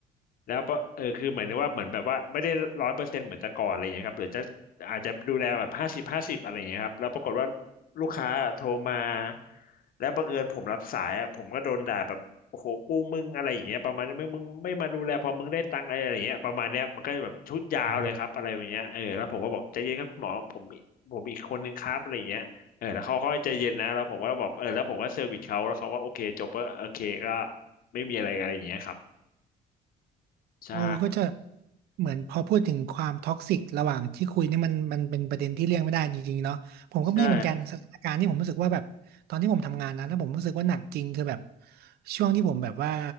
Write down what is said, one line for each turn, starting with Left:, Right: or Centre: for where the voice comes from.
Left: แล้วก็เออคือหมายถึงว่าเหมือนแบบว่าไม่ได้ร้อยเปอร์เซ็นต์เหมือนแต่ก่อนอะไรอย่างเงี้ยครับหรือจะอาจจะดูแลแบบห้าสิบห้าสิบอะไรอย่างเงี้ยครับแล้วปรากฏว่าลูกค้าโทรมาแล้วบังเอิญผมรับสายอ่ะผมก็โดนด่าแบบโอ้โหกูมึงอะไรอย่างเงี้ยประมาณนี้ไม่มึงไม่มาดูแลพอมึงได้ตังค์อะไรอย่างเงี้ยประมาณเนี้ยมันก็จะแบบชุดยาวเลยครับอะไรอย่างเงี้ยเออแล้วผมก็บอกใจเย็นครับคุณหมอผมผมอีกคนนึงครับอะไรอย่างเงี้ยเออแล้วเขาค่อยใจเย็นนะแล้วผมก็บอกเออแล้วผมก็เซอร์วิสเขาแล้วเขาก็โอเคจบก็โอเคก็
Right: อ๋อ
Left: ไม่มีอะไรอะไรอย่างเงี้ยครับใช่
Right: เออก็จะเหมือนพอพูดถึงความท็อกซิกระหว่างที่คุยเนี่ยมันมันเป็นประเด็นที่เลี่ยงไม่ได้จริงๆเนาะผมก็มีเหมือนกันสถานการณ์ที่ผมรู้สึกว่าแบบตอนที่ผมทำงานนะแล้วผมรู้สึกว่าหนักจริงคือแบบ
Left: ใช่
Right: ช่วงที่ผมแบบว่า